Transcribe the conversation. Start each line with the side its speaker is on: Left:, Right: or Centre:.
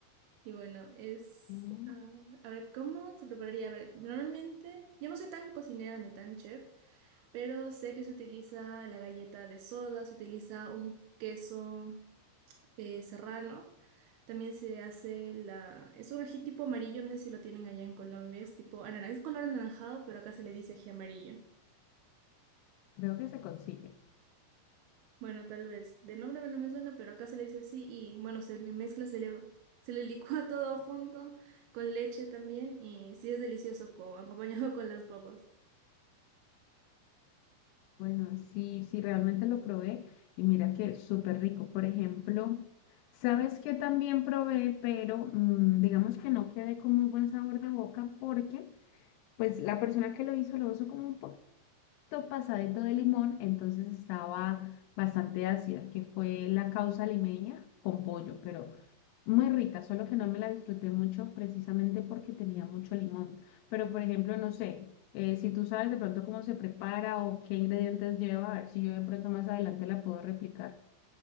Right: Y bueno, es,
Left: Mm.
Right: ah, a ver, ¿cómo se prepararía? A ver, normalmente, yo no soy tan cocinera ni tan chef, pero sé que se utiliza la galleta de soda, se utiliza un queso. eh, serrano. También se hace la... Es un ají tipo amarillo, no sé si lo tienen allá en Colombia. Es tipo anana- es color anaranjado, pero acá se le dice ají amarillo.
Left: Creo que se consigue.
Right: Bueno, tal vez de nombre no me suena, pero acá se le dice así y bueno, se le mezcla, se le, se le licúa <laughs> todo junto con leche también y sí es delicioso co- acompañado <laughs> con las papas.
Left: Bueno, sí, sí, realmente lo probé y mira que súper rico. Por ejemplo, sabes que también probé, pero mm, digamos que no quedé con muy buen sabor de boca porque pues la persona que lo hizo lo hizo como un pasadito de limón, entonces estaba bastante ácida, que fue la causa limeña con pollo, pero muy rica, solo que no me la disfruté mucho precisamente porque tenía mucho limón. Pero, por ejemplo, no sé, eh, si tú sabes de pronto cómo se prepara o qué ingredientes lleva, a ver si yo de pronto más adelante la puedo replicar.